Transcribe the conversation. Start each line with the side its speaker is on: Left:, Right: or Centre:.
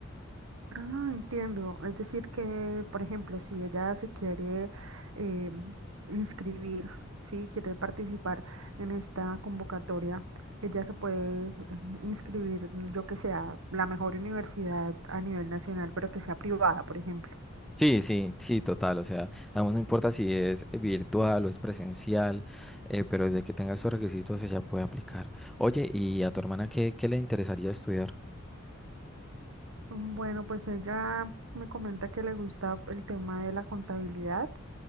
Right: Ah, entiendo. Es decir que, por ejemplo, si ella se quiere eh, inscribir, sí, quiere participar en esta convocatoria, ella se puede eh, inscribir, yo que sea, la mejor universidad a nivel nacional, pero que sea privada, por ejemplo.
Centre: Sí, sí, sí, total. O sea, aún no importa si es virtual o es presencial, eh, pero desde que tenga esos requisitos ella puede aplicar. Oye, ¿y a tu hermana qué, qué le interesaría estudiar?
Right: Bueno, pues ella me comenta que le gusta el tema de la contabilidad